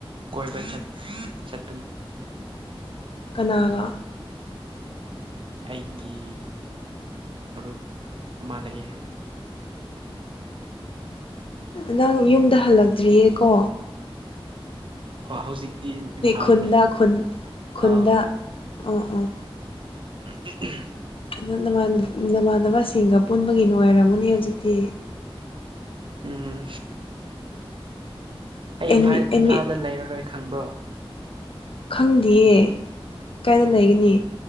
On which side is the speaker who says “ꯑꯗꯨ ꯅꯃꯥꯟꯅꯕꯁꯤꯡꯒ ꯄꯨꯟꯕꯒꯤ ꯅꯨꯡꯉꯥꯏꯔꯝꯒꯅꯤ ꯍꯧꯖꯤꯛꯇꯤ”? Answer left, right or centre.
Left